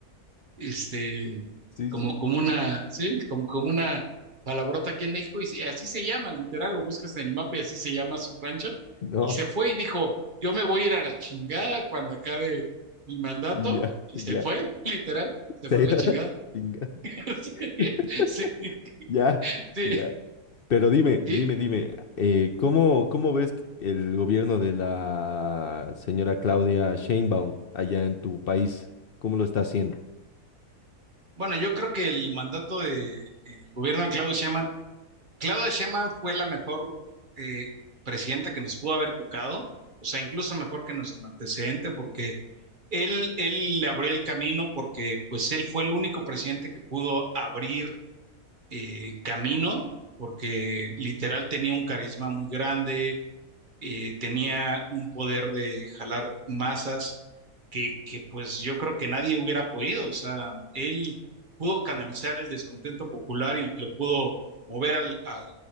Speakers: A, on the right; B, on the left.
A: este,
B: Sí,
A: como,
B: sí.
A: como una, sí, como, como una palabrota aquí en México, y se- así se llama, literal, lo buscas en el mapa y así se llama su rancho,
B: No.
A: y se fue y dijo, yo me voy a ir a la chingada cuando acabe mi mandato,
B: y Ya, <laughs>
A: y
B: ya.
A: se fue, <laughs> literal, se
B: Se
A: fue
B: ha ido
A: a la chingada.
B: a la chinga.
A: <laughs>
B: <laughs>
A: Sí, sí,
B: Ya,
A: sí.
B: ya. Pero dime,
A: Y,
B: dime, dime, eh, ¿cómo, cómo ves el gobierno de la señora Claudia Sheinbaum allá en tu país? ¿Cómo lo está haciendo?
A: bueno, yo creo que el mandato del gobierno de Claudio Sheinbaum, Claudio Sheinbaum fue la mejor eh, presidenta que nos pudo haber tocado, o sea, incluso mejor que nuestro antecedente, porque Él, él le abrió el camino porque pues él fue el único presidente que pudo abrir eh, camino, porque literal tenía un carisma muy grande, eh, tenía un poder de jalar masas que, que pues yo creo que nadie hubiera podido. O sea, él pudo canalizar el descontento popular y lo pudo mover al, al,